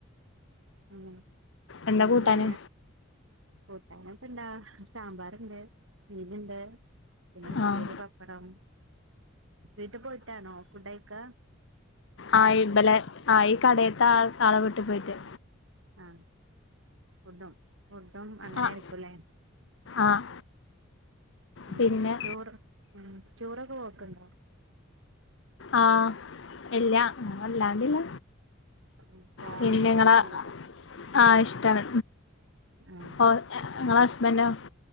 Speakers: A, on the right; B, on the left.
A: ഉം
B: എന്താ
A: പിന്നേ
B: കൂട്ടാന്
A: പൊ ഞങ്ങൾക്കെന്താ സാമ്പാറിണ്ട് മീനിണ്ട് പിന്നെ ഉപ്പേരി
B: ആഹ്
A: പപ്പടം വീട്ടി പോയിട്ടാണോ ഫുഡ് കയിക്ക
B: ആ ഈമ്പലെ ആ ഈ കടയത്തെ ആൾ ആളെ വിട്ടി പോയിട്ട്
A: ആഹ് ഫുഡും ഫുഡും അങ്ങനെ
B: ആഹ്
A: ആയിരിക്കുംല്ലേ
B: ആഹ്
A: ഉം
B: പിന്നെ
A: ചോറ് ഉം ചോറൊക്കെ കോക്കണ്ടോ
B: ആഹ് ഇല്ല വല്ലാണ്ടില്ല
A: ഉം പോവാന്
B: പിന്നെ
A: ഇഷ്ടാണ്.
B: നിങ്ങളെ ആഹ് ഇഷ്ടാണ്
A: ആഹ്
B: ഓ ഞ നിങ്ങളെ ഹസ്ബൻന്റോ